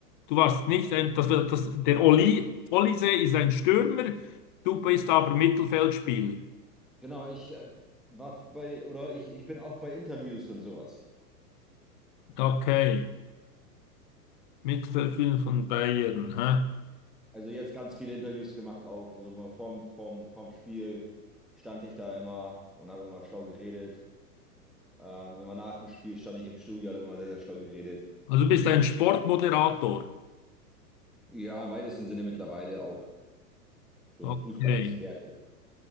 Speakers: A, on the left; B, in the centre.
A: Du warst nicht ein, das, war- das, der Oli, Olise ist ein Stürmer, du bist aber Mittelfeldspieler.
B: Genau, ich äh, war bei, oder ich, ich bin auch bei Interviews und sowas.
A: Okay, Mittelfeldspieler von Bayern. Hä?
B: Also jetzt ganz viele Interviews gemacht auch. So vorm, vorm, vorm Spiel stand ich da immer und habe immer schlau geredet. Ähm, immer nach dem Spiel stand ich im Studio, habe immer sehr, sehr schlau geredet.
A: Also du bist ein Sportmoderator.
B: Ja, im weitesten Sinne mittlerweile auch schon
A: Okay,
B: Fußballexperte.